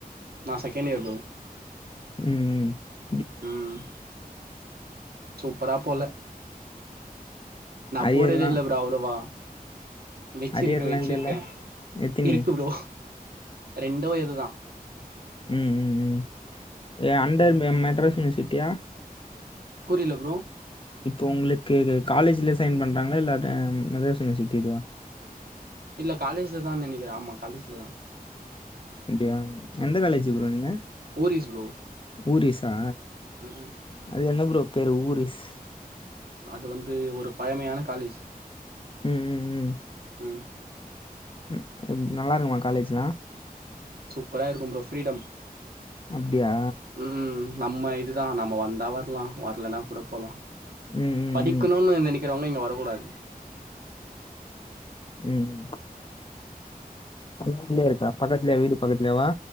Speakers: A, on the right (about 80°); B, on the left (about 35°).
A: நா செகண்ட்டியர் ப்ரோ
B: ம் ம்
A: உம் சூப்பராப் போல நா
B: அரியர்லாம்
A: போறதே இல்ல ப்ரோ அவ்ளவா வெச்சிருக்கே
B: அரியர்லாம்
A: வெச்சிருக்கே
B: இல்லைல்ல எத்தினி
A: இருக்கு ப்ரோ ரெண்டோ எதுதா
B: உம் உம் உம் ஏ அண்டர் மெ மெட்ராஸ் யுனிவர்சிட்டியா
A: புரில ப்ரோ
B: இப்போ உங்ளுக்கு காலேஜ்ல சைன் பண்றாங்ளா இல்ல ட ம் மதராஸ் யுனிவர்சிட்டி இதுவா
A: இல்ல காலேஜ்லதா நெனைக்கிறே ஆம்மா காலேஜ்லதா
B: அப்டியா எந்த காலேஜு ப்ரோ நீங்க
A: ஊரிஸ் ப்ரோ
B: ஊரிஸா
A: ம் ம்
B: அது என்ன ப்ரோ பேரு ஊரிஸ்
A: அது வந்து ஒரு பழமையான காலேஜ்
B: ம் ம் ம்
A: ம்
B: ம் நல்லா இருக்குமா காலேஜெல்லா
A: சூப்பரா இருக்கும் ப்ரோ ஃப்ரீடம்
B: அப்படியா
A: ம் நம்ம இதுதா நம்ம வந்தா வர்லா வர்லனா கூட போலா
B: ம் ம்
A: படிக்கணுனு
B: ம்
A: நெனக்கிறவங்கள்ளா இங்க வரகூடாது
B: ம் ரூம்லயே இருக்கா பக்கத்துலயே வீடு பக்கத்துலயேவா